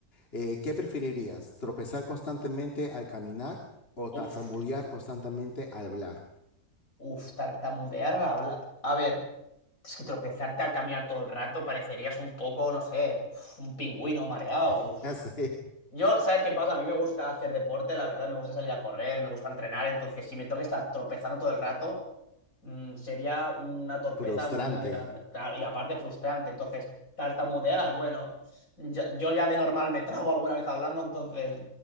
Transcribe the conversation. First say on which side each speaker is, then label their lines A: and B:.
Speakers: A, on the left (about 45°); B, on the left (about 70°).
A: Eh, ¿qué preferirías? ¿Tropezar constantemente al caminar o
B: Uf.
A: tartamudear constantemente al hablar?
B: Uf, tartamudear al hablar. A ver, es que tropezarte al caminar todo el rato parecerías un poco, no sé, uf, un pingüino mareado.
A: <laughs> Así,
B: Yo, ¿sabes qué pasa? A mí me gusta hacer deporte, la verdad, me gusta salir a correr, me gusta entrenar, entonces si me tengo que estar tropezando todo el rato, mm, sería una torpeza
A: Frustrante.
B: muy grande, claro, y aparte frustrante, entonces tartamudear, bueno, ya- yo ya de normal me trabo alguna vez hablando, entonces